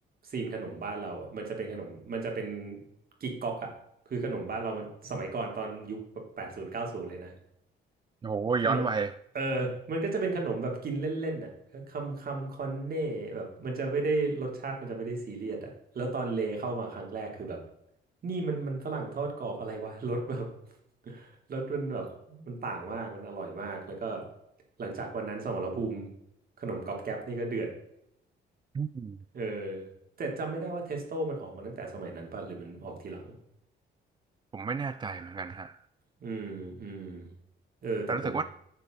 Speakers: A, on the right; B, on the right.
A: ซีนขนมบ้านเราอะมันจะเป็นขนมมันจะเป็นกิ๊กก๊อกอ่ะคือขนมบ้านเรามันสมัยก่อนตอนยุคแบบแปดศูนย์เก้าศูนย์เลยนะ
B: โอ้โหย้อนวัย
A: ขนม เออมันก็จะเป็นขนมแบบกินเล่นๆน่ะคำคำคอนเน่แบบมันจะไม่ได้รสชาติมันจะไม่ได้ซีเรียสอ่ะแล้วตอนเลเข้ามาครั้งแรกคือแบบนี่มันมันฝรั่งทอดกรอบอะไรวะ <laughs> รสแบบ <laughs> รสมันแบบมันต่างมากมันอร่อยมากแล้วก็หลังจากวันนั้นสมรภูมิขนมก๊อบแก๊บนี่ก็เดือด
B: อืม
A: เออแต่จำไม่ได้ว่าเทสโต้มันออกมาตั้งแต่สมัยนั้นป่ะหรือมันออกทีหลัง
B: ผมไม่แน่ใจเหมือนกันฮะ
A: อืมอืมเออแต่ผม
B: แต่รู้สึกว่า